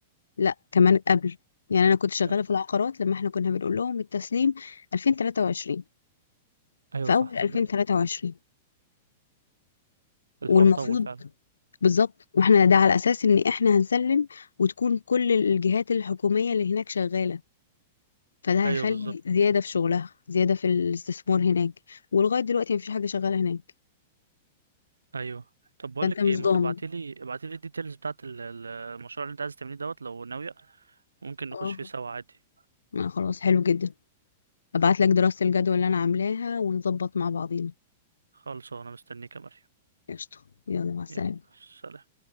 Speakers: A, on the left; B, on the right.
A: لا كمان قبل يعني انا كنت شغاله
B: لا
A: في العقارات لما احنا كنا بنقول لهم التسليم 2023
B: أيوة
A: في
B: صح
A: اول
B: تصدق
A: 2023
B: الحوار
A: والمفروض
B: طول فعلا
A: بالظبط واحنا ده على اساس ان احنا هنسلم وتكون كل الجهات الحكوميه اللي هناك شغاله فده
B: أيوة
A: هيخلي
B: بالظبط
A: زياده في شغلها زياده في الاستثمار هناك ولغايه دلوقتي مفيش حاجه شغاله هناك
B: أيوة طب بقول
A: فانت
B: لك
A: مش
B: ايه ما
A: ضامن
B: تبعتيلي ابعتيلي الديتيلز بتاعت ال- ال- المشروع اللي انت عايز تعمليه دوت لو ناوية ممكن نخش
A: اه
B: فيه سوا عادي
A: آه، خلاص حلو جدا ابعت لك دراسه الجدوى اللي انا عاملاها ونظبط مع بعضينا
B: خالص انا مستنيك يا مريم
A: قشطه يلا مع السلامه
B: يلا سلام